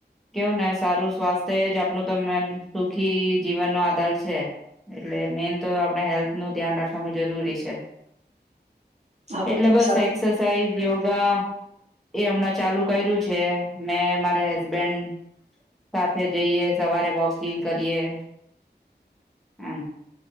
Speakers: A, in the centre; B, on the right (about 40°).
A: કેવું ના સારું સ્વાસ્થ્ય જ આપણું તો <unintelligible> સુખી જીવનનો આધાર છે એટલે મેન તો આપણે હેલ્થનું ધ્યાન રાખવાનું જરૂરી છે
B: આ તો
A: એટલે
B: તમે
A: બસ
B: સાચું
A: એક્સરસાાઈઝ યોગા એ હમણાં ચાલુ કર્યુ છે મે મારા હસબેન્ડ સાથે જઈએ સવારે વોકિંગ કરીએ હમ્